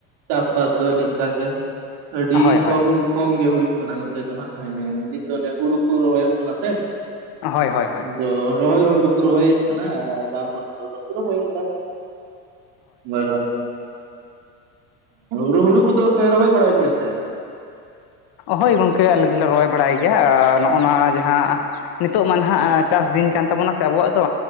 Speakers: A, on the right; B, on the left.
A: ᱪᱟᱥ ᱵᱟᱥ ᱫᱚ ᱚᱱᱮ ᱚᱝᱠᱟ ᱜᱮ ᱟᱹᱰᱤ
B: ᱦᱳᱭ ᱦᱳᱭ
A: ᱠᱚᱢ ᱠᱚᱢ ᱜᱮ ᱦᱩᱭᱩᱜ ᱠᱟᱱᱟ ᱱᱚᱛᱮ ᱫᱚ ᱦᱟᱸᱜ ᱦᱮᱸ ᱱᱤᱛ ᱫᱚ ᱚᱱᱮ ᱦᱩᱲᱩ ᱠᱚ ᱨᱚᱦᱚᱭᱚᱜ ᱠᱟᱱᱟ ᱥᱮ?
B: ᱦᱚᱭ ᱦᱚᱭ ᱦᱚᱭ᱾
A: ᱟᱫᱚ ᱨᱚᱦᱚᱭ ᱦᱚᱲ ᱫᱚᱠᱚ ᱨᱚᱦᱚᱭᱮᱫ ᱠᱟᱱᱟ ᱵᱟᱝ ᱦᱚᱲ ᱫᱚ ᱵᱟᱠᱚ ᱨᱚᱦᱚᱭᱮᱫᱟ᱾ ᱦᱳᱭ ᱦᱳᱭ ᱦᱭᱩ ᱦᱩᱲᱩ ᱠᱚᱫᱚ ᱯᱮ ᱨᱚᱦᱚᱭ ᱵᱟᱲᱟᱭ ᱜᱮᱭᱟ ᱥᱮ?
B: ᱦᱳᱭ ᱜᱚᱝᱠᱮ ᱟᱞᱮ ᱫᱚᱞᱮ ᱨᱚᱦᱚᱭ ᱵᱟᱲᱟᱭ ᱜᱮᱭᱟ ᱱᱚᱜᱼᱚ ᱱᱟ ᱡᱟᱦᱟᱸ ᱱᱤᱛᱚᱜ ᱢᱟ ᱱᱟᱦᱟᱜ ᱪᱟᱥ ᱫᱤᱱ ᱠᱟᱱ ᱛᱟᱵᱚᱱᱟ ᱥᱮ ᱟᱵᱚᱣᱟᱜ ᱫᱚ